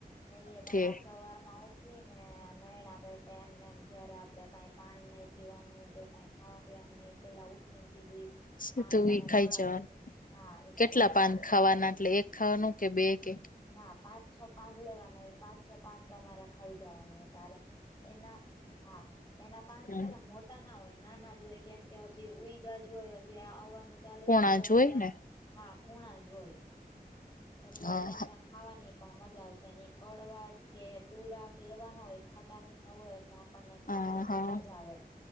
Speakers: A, on the left; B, on the left.
A: ને એ તમારે
B: ઠીક
A: સવાર માં ઉઠ ઠી ને નાયણા બેઠ એમને એમ જયારે આપડે કાઈક પાણી નહી પીવાનું કે કઈ ખાવા પીવાનું નહી પેલા ઉઠી ને સીધું
B: શું
A: પાન
B: તું
A: તમે
B: એ ખાઈ
A: થોડાક
B: જવાનું
A: દે હા એ
B: કેટલા
A: ખાઈ
B: પાન
A: જાવ ને
B: ખાવાના એટલે એક ખાવાનું કે બે કે?
A: ના પાંચ છ પાન લેવાના એ પાંચ છ પાન તો અરે ખાઈ જવાની કાલે એના હા એના પાન
B: હમ
A: છેને, મોટા ના હોય નાના જ હોય કેમકે હજી ઉઈગાજ હોય, હજી આ આવવાનું ચાલુ
B: પોણા
A: થયું હોય
B: જોઈ
A: એટલે
B: ને
A: હા કુણા જ હોય એટલે
B: હા
A: એ તમને ખાવાની પણ મજા આવશે કડવાસ કે તુરા કે એવાના હોય ખાટા મીઠા હોય એટલે આપણને ખાવાની
B: હા હા
A: મજા આવે